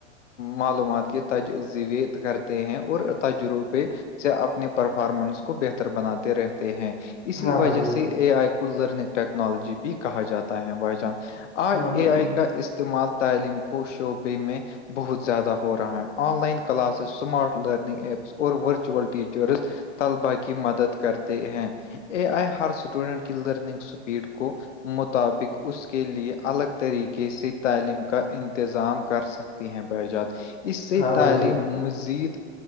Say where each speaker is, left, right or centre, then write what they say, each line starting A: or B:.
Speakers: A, on the left; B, on the left.
A: معلومات کیی تجزویید کرتے ہیں اور تجربے سے اپنی پرفارمنس کو بہتر بناتے رہتے ہیں اسی
B: ہاں
A: وجہ
B: بھائی جان
A: سے اے آئی کو لرننگ ٹیکنالوجی بھی کہا جاتا ہے بائی جان آئی
B: ہاں بھائی
A: اے آئی
B: جان
A: کا استعمال تعلیم کو شعبے میں بہت زیادہ ہو رہا ہے online classes smart learning apps اور ورچوئول ٹیچرس طلبا کی مدد کرتے ہیں اے آئی ہر اسٹوڈنٹ کی لرننگ اسپیڈ کو مطابق اس کے لے الگ طریقے سے تعلیم کا انتظام کر سک ہیں ب جات اس سے
B: ہاں بھائی
A: تعلیم
B: جان
A: مزید